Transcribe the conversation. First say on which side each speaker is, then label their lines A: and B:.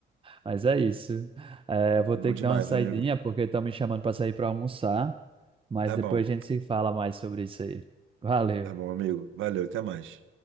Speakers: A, on the right; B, on the right.
A: Mas é isso. É, vou
B: Bom
A: ter
B: demais,
A: que dar uma saidinha
B: amigo.
A: porque estão me chamando para sair para almoçar, mas
B: Tá
A: depois
B: bom,
A: a gente se fala mais sobre isso aí. Valeu.
B: tá bom, amigo. Valeu, até mais.